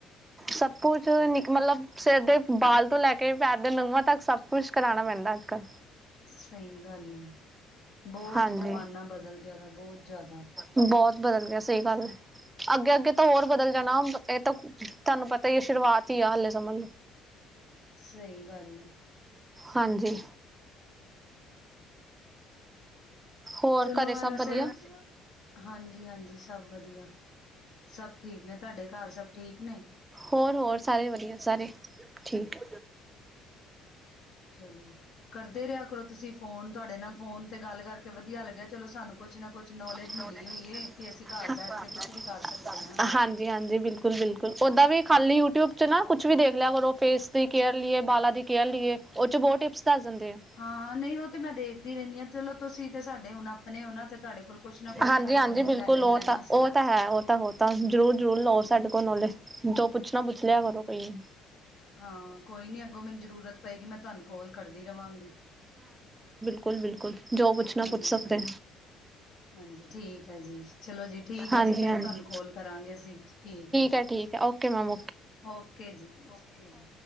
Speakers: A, on the right; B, on the left.
A: ਸਬ ਕੁਛ ਨੀ ਮਤਲਬ ਸਿਰ ਦੇ ਬਾਲ ਤੋਂ ਲੈ ਕੇ ਪੈਰ ਦੇ ਨੂੰਹਾਂ ਤੱਕ ਸਭ ਕੁਛ ਕਰਾਉਣਾ ਪੈਂਦਾ ਅੱਜ ਕੱਲ੍ਹ
B: ਸਹੀ ਗੱਲ ਹੈ ਬਹੁਤ
A: ਹਾਂਜੀ
B: ਜ਼ਮਾਨਾ ਬਦਲ ਗਿਆ ਬਹੁਤ ਜ਼ਿਆਦਾ
A: ਬਹੁਤ ਬਦਲ ਗਿਆ ਸਹੀ ਗੱਲ ਹੈ ਅੱਗੇ-ਅੱਗੇ ਤਾਂ ਹੋਰ ਬਦਲ ਜਾਣਾ ਇਹ ਤਾਂ ਤੁਹਾਨੂੰ ਪਤਾ ਹੀ ਆ ਸ਼ੁਰੂਆਤ ਤੀਆ ਹਲੇ ਸਮਲ ਲੋ।
B: ਸਹੀ ਗੱਲ ਐ।
A: ਹਾਂਜੀ। ਹੋਰ
B: ਚਲੋ
A: ਘਰੇ ਸਭ
B: ਐ ਵੈਸੇ
A: ਵਧੀਆ
B: ਨਾ, ਹਾਂਜੀ ਹਾਂਜੀ ਸ ਸਭ ਵਧੀਆ, ਸਭ ਠੀਕ ਨੇ। ਤਾਡੇ ਘਰ ਸਭ ਠੀਕ ਨੇ?
A: ਹੋਰ, ਹੋਰ ਸਾਰੇ ਵਧੀਆ ਸਾਰੇ, ਠੀਕ।
B: ਚਲੋ ਕਰਦੇ ਰਿਹਾ ਕਰੋ ਤੁਸੀਂ ਫੋਨ। ਤੁਆਡੇ ਨਾਲ ਫੋਨ ਤੇ ਗੱਲ ਕਰਕੇ ਵਧੀ ਵਧੀਆ ਲਗਾ, ਚਲੋ ਸਾਨੂੰ ਕੁਛ ਨਾ ਕੁਛ ਨੌਲੇਜ
A: ਹਾ।
B: ਮਿਲੀ ਹੋਈ ਏ ਕਿ ਅਸੀਂ ਘਰ ਬੈਠ ਕੇ ਕੁਛ ਵੀ ਕਰ ਸਕਦੇ ਹਾਂ।
A: ਹਾਂਜੀ ਹਾਂਜੀ, ਬਿਲਕੁਲ-ਬਿਲਕੁਲ, ਓਦਾਂ ਵੀ ਖਾਲੀ ਯੂਟਿਊਬ ਚ ਨਾ ਕੁਛ ਵੀ ਦੇਖ ਲਿਆ ਕਰੋ। ਫੇਸ ਦੀ ਕੇਅਰ ਲੀਏ, ਬਾਲਾਂ ਦੀ ਕੇਅਰ ਲੀਏ। ਓ ਚ ਬਹੁ ਟਿਪਸ ਦੱਸ ਦਿੰਦੇ ਆ।
B: ਹਾਂ ਨਹੀਂ ਉਹ ਤੇ ਮੈਂ ਦੇਖਦੀ ਰਹਿੰਨੀ ਆਂ। ਚਲੋ ਤੁਸੀਂ ਤੇ ਸਾਡੇ ਹੁਣ ਆਪਣੇ ਓ ਨਾ ਤੇ ਤਾਡੇ ਕੋਲ਼ ਕੁਛ ਨਾ ਕੁਛ
A: ਹਾਂਜੀ
B: ਤੇ ਫਿਰ
A: ਹਾਂਜੀ
B: ਨੌਲੇਜ
A: ਬਿਲਕੁਲ।
B: ਲੈਣੀ
A: ਉਹ
B: ਹੀ ਹੈ ਨਾ
A: ਤਾਂ
B: ਅਸੀਂ
A: ਉਹ ਤਾਂ ਹੈ। ਉਹ ਤਾਂ ਉਹ ਤਾਂ। ਜ਼ਰੂਰ ਜ਼ਰੂਰ ਲਓ ਸਾਡੇ ਕੋਲੋ ਨੌਲੇਜ। ਜੋ ਪੁੱਛਣਾ ਪੁੱਛ ਲਿਆ ਕਰੋ ਭਈ।
B: ਹਾਂ। ਕੋਈ ਨੀ ਅੱਗੋਂ ਮੈਨੂੰ ਜ਼ਰੂਰਤ ਪਏਗੀ। ਮੈਂ ਤੁਹਾਨੂੰ ਕੋਾਲ ਕਰਦੀ ਰਵਾਂਗੀ।
A: ਕੁਲ-ਬਿਲਕੁਲ। ਜੋ ਪੁਛਨਾਂ
B: ਹਾਂਜੀ
A: ਪੁੱਛ ਸਕਦੇ।
B: ਹਾਂਜੀ ਠੀਕ ਐ ਜੀ। ਚਲੋ ਜੀ ਠੀਕ
A: ਹਾਂਜੀ-ਹਾਂਜੀ
B: ਐ ਜੀ, ਫਿਰ ਤੁਹਾਨੂੰ ਕੋਲ ਕਰਾਂਗੇ ਅਸੀਂ। ਠੀਕ ਐ।
A: ਹੈ ਠੀਕ ਹੈ ਓਕੇ ਮੈਮ
B: ਓਕੇ ਜੀ, ਓਕੇ ਜੀ।